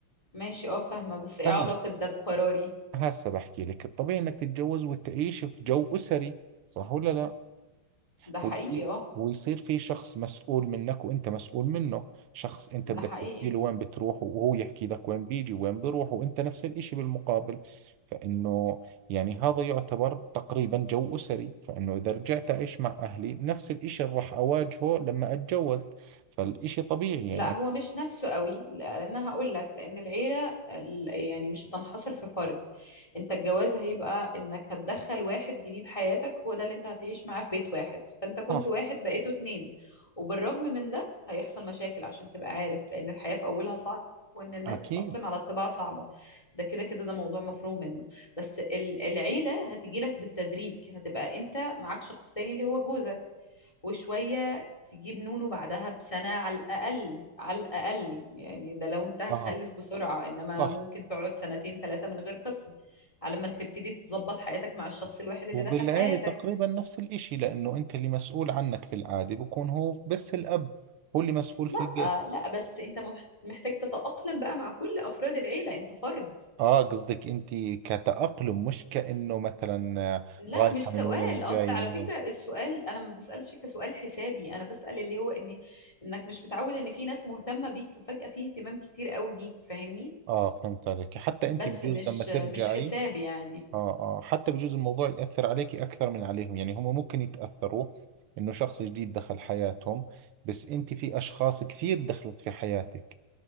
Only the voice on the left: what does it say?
ماشي اه فاهمة بس ايه
علاقة ده بقراري
ده حقيقي
اه
ده
حقيقي
لا هو مش نفسه قوي لان هقول لك لان العيله ال- يعني مش هتنحصر في فرد انت الجواز هيبقى انك هتدخل واحد جديد حياتك هو ده اللي انت هتعيش معاه في بيت واحد فانت كنت
واحد بقيتوا اتنين وبالرغم من ده هيحصل مشاكل عشان تبقى عارف لان الحياه في اولها صعبه وان الناس
تتاقلم على الطباع صعبه ده كده كده ده موضوع مفروغ منه بس ال- العيله هتجي لك بالتدريج هتبقى انت معاك شخص تاني اللي هو جوزك وشوية تجيب نونو بعدها بسنة على الأقل على الأقل يعني ده لو أنت هتخلف
بسرعة إنما
ممكن تقعد سنتين ثلاثة من غير طفل على ما تبتدي تظبط حياتك مع الشخص الواحد اللي
دخل حياتك
لا
لا بس أنت مح- محتاج تتأقلم بقى مع كل أفراد العيلة أنت فرد
لا
مش سؤال
أصل
على
فكرة
السؤال أنا ما بسألش كسؤال حسابي أنا بسأل اللي هو إن إنك مش متعود إن في ناس مهتمة بيك ففجأة في اهتمام كتير قوي بيك فاهمني
بس
مش
مش حساب يعني